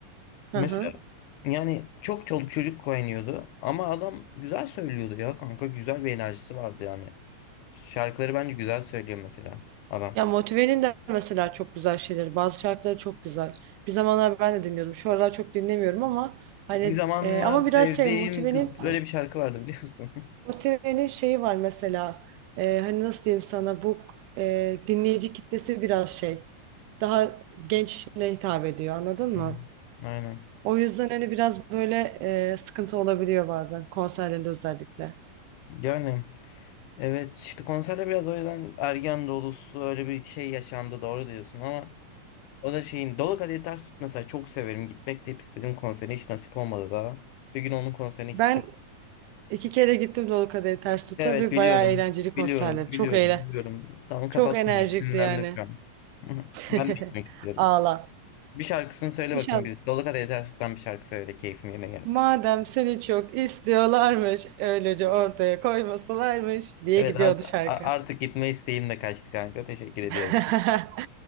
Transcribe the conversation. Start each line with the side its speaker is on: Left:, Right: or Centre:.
Right: Hı
Left: Mesela
Right: hı.
Left: yani çok çoluk çocuk koynuyordu ama adam güzel söylüyordu ya kanka güzel bir enerjisi vardı yani. Şarkıları bence güzel söylüyor mesela adam.
Right: Ya Motive'nin de mesela çok güzel şeyleri. Bazı şarkıları çok güzel. Bir zamanlar ben de dinliyordum. Şu aralar çok dinlemiyorum ama hani
Left: Bir zamanlar
Right: e, ama
Left: sevdiğim
Right: biraz şey Motive'nin
Left: kız böyle bir şarkı vardı biliyor musun? <laughs>
Right: Motive'nin şeyi var mesela. E, hani nasıl diyeyim sana bu e, dinleyici kitlesi biraz şey. Daha genç kişilere hitap ediyor anladın
Left: Aynen.
Right: mı?
Left: Aynen.
Right: O yüzden hani biraz böyle e, sıkıntı olabiliyor bazen konserlerde özellikle.
Left: Yani evet işte konserde biraz o yüzden ergen dolusu öyle bir şey yaşandı doğru diyorsun ama O da şeyin Dolu Kadehi Ters Tut mesela çok severim. Gitmek de hep istedim konserine hiç nasip olmadı daha. Bir gün onun konserine gideceğim.
Right: Ben iki kere gittim Dolu Kadehi Ters Tut'a
Left: Evet
Right: ve
Left: biliyorum.
Right: bayağı eğlenceli konserler.
Left: Biliyorum.
Right: Çok
Left: Biliyorum.
Right: eğlenceli.
Left: Biliyorum. Tamam kapat
Right: Çok enerjikti
Left: konuyu. Sinirlendim
Right: yani.
Left: şu an. Hı hı.
Right: <laughs>
Left: Ben de gitmek istiyorum.
Right: Ağla.
Left: Bir şarkısını söyle
Right: İnşallah.
Left: bakayım. Bir. Dolu Kadehi Ters Tut'tan bir şarkı söyle de keyfim yerine gelsin.
Right: Madem seni çok istiyorlarmış, öylece ortaya koymasalarmış diye
Left: Evet
Right: gidiyordu
Left: art-
Right: şarkı.
Left: a- artık gitme isteğim de kaçtı kanka. Teşekkür
Right: <laughs>
Left: ediyorum.